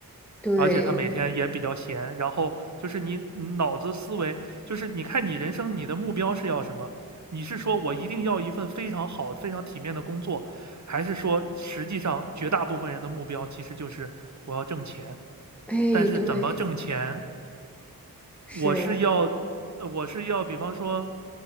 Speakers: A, in the centre; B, on the right.
A: 对，
B: 而且他每天也比较闲，然后就是你脑子思维，就是你看你人生你的目标是要什么？你是说我一定要一份非常好、非常体面的工作，还是说实际上绝大部分人的目标其实就是我要挣钱？
A: 哎，
B: 但是怎么挣钱
A: 对，是，
B: 我是要，呃我是要，比方说，